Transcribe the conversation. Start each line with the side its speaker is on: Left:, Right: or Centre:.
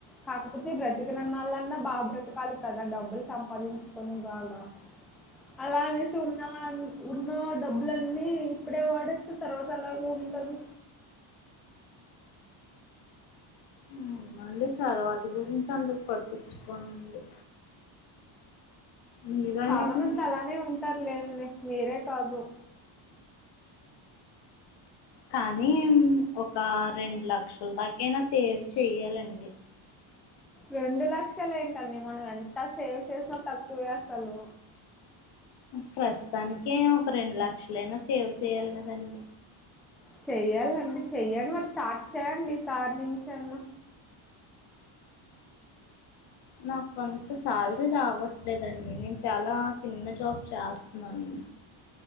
Centre: కాకపోతే బ్రతికననాలన్నా బాగా బ్రతకాలి కదా డబ్బులు సంపాదించుకొని బాగా అలా అనేసి ఉన్న ఉన్న డబ్బులన్నీ ఇప్పుడే వాడేస్తే తర్వాత అలాగే ఉంటది.
Left: ఉ అండి తర్వాత గురించి అందరు పట్టించుకోనండి. మీరనేది
Centre: చాలా మంది అలానే ఉంటారు లేని మీరే కాదు
Left: కా కానీ ఒక రెండు లక్షల దాకైనా సేవ్ చెయ్యాలండి.
Centre: రెండు లక్షలే ఏంటండి మనం ఎంత సేవ్ చేసినా తక్కువే అసలు
Left: ప్రస్తుతానిక ఒక రెండు లక్షలైనా సేవ్ చే చేయాలగాదండి.
Centre: చెయ్యాలండి చెయ్యడి మరి స్టార్ట్ చెయ్యండి ఈసారి నుంచి అన్న
Left: నా కొంత శాలరీ రావట్లేదండి నేను చాలా చిన్న జాబ్ చేస్తున్నాను.